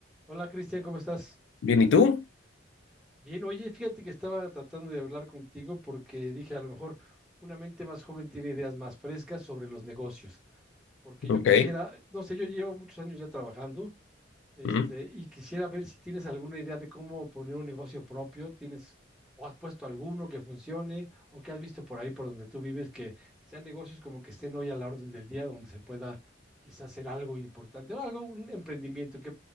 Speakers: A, in the centre; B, on the left.
A: Hola Cristian, ¿cómo estás?
B: Bien, ¿y tú?
A: Bien, oye, fíjate que estaba tratando de hablar contigo porque dije, a lo mejor una mente más joven tiene ideas más frescas sobre los negocios, porque yo
B: Ok.
A: quisiera, no sé, yo llevo muchos años ya trabajando, este,
B: Mm.
A: y quisiera ver si tienes alguna idea de cómo poner un negocio propio, tienes, o has puesto alguno que funcione, o que has visto por ahí por donde tú vives, que sean negocios como que estén hoy a la orden del día, donde se pueda quizás hacer algo importante, o algo, un emprendimiento, que,